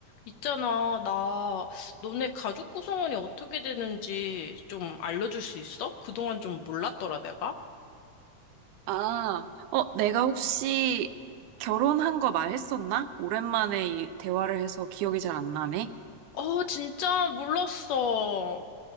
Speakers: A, on the left; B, on the right.
A: 있잖아, 나 너네 가족 구성원이 어떻게 되는지 좀 알려줄 수 있어? 그동안 좀 몰랐더라, 내가.
B: 아, 어, 내가 혹시 결혼한 거 말했었나? 오랜만에 이 대화를 해서 기억이 잘 안 나네.
A: 어, 진짜 몰랐어.